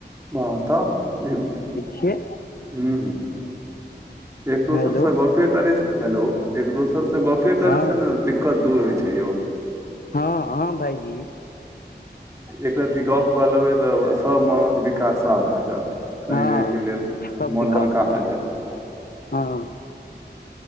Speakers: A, on the right; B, on the left.
A: बऽ तऽ एहूं
B: छियै
A: मे हूं- हूं। एक दोसर
B: हेलो
A: सऽ गपे करे, हेलो एक दोसर स- ऽ गपे करै
B: हँ
A: से न, दिक्कत दूर होइ छै यौ।
B: हँ -हँ भाइजी।
A: एकरत्ती गप्प कऽ लेबै तऽ, सब मनक विकार साफ भए जैत। कनि
B: हँ
A: देरके लेल,
B: सब
A: मोन
B: विकार
A: हल्का
B: सब
A: भए जैत।
B: हँ